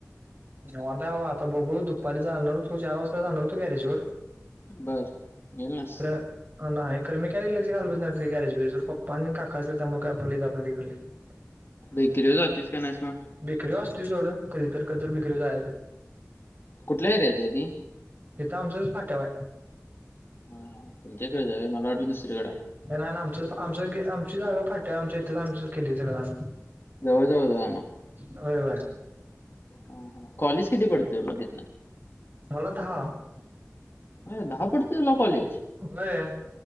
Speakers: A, on the right (about 35°); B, on the left (about 45°).
A: निवांताय आता बघू दुपारी जाणार तू चार वाजता जाणार तू गॅरेज वर
B: बर येेल नास
A: खरं नाही कर मी काय लक्ष घालतच नाय गॅरेज बिरेजवर पप्पा आणि काका असत्यात त्यामुळं काय <unintelligible>
B: बेकरी जातीस का नाइस मग
A: बेकरीला असतोय सोडं कधीतर कधीतरी बेकरीला जायचं
B: कुठल्या एरियात हाय ती
A: हितं आमच्याच फाट्यावय
B: हा तुमच्याकडे जावे मला वाटलं दुसरीकडे
A: नाही आमचं आमच आमची जागा फाट्याव आमच्या इथेच आमच केली सगळ आम्ही
B: <unintelligible>
A: होय वय
B: ह हा कॉलेज किती पडते तुला तिथनं
A: मलतः
B: अ दहा पडते <unintelligible>
A: होय